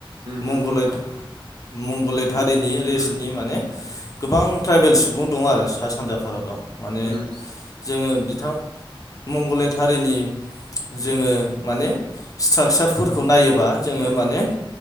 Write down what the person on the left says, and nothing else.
मंगलैत
मंगलैत हारिनि रेसनि
माने गोबां ट्राइबेल सुबुं दं आरो सा सानजा भारताव। माने
जोङो बिथां मंगलैट हारिनि जोङो
माने स्ट्राकसारफोरखौ नायोबा जोङो
माने